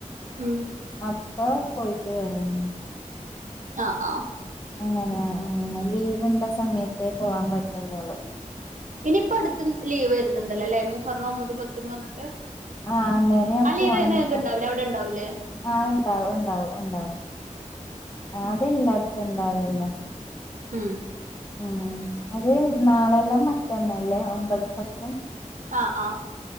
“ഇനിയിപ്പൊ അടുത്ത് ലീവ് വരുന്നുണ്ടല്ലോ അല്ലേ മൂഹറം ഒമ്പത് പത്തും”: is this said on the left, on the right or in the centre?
Right